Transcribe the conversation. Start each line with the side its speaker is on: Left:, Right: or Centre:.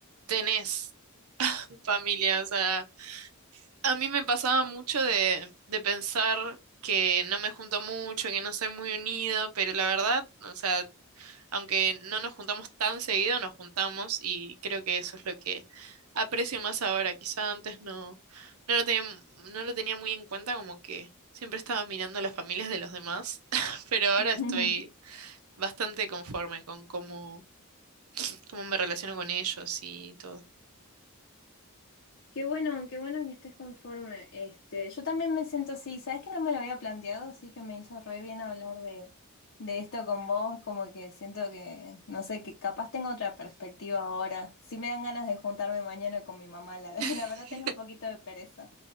Right: tenés <laughs> familia, o sea, A mí me pasaba mucho de, de pensar que no me junto mucho, que no soy muy unido, pero la verdad, o sea, aunque no nos juntamos tan seguido, nos juntamos y creo que eso es lo que aprecio más ahora. Quizá antes no, no lo tenía, no lo tenía muy en cuenta, como que siempre estaba mirando las familias de los demás, <laughs> pero ahora
Left: <laughs>
Right: estoy bastante conforme con cómo, cómo me relaciono con ellos y todo.
Left: Qué bueno, qué bueno que estés conforme. Este, yo también me siento así, sabes que no me lo había planteado, así que me hizo re bien hablar de, de esto con vos, como que siento que, no sé, que capaz tengo otra perspectiva ahora. Sí me dan ganas de juntarme mañana con mi mamá, la, <laughs>
Right: <laughs>
Left: la verdad tengo un poquito de pereza,